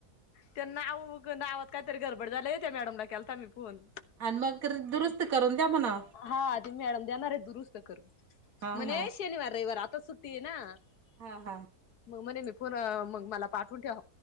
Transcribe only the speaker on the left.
त्यांना अहो नावात कायतरी गडबड झालेय, त्या मॅडमला केलता मी फोन.
हा, ती मॅडम देणारेत दुरुस्त करून,
म्हने
शनिवार- रयवार आता सुट्टी ये ना.
म म्हणे मी फोन, मग मला पाठवून ठेवा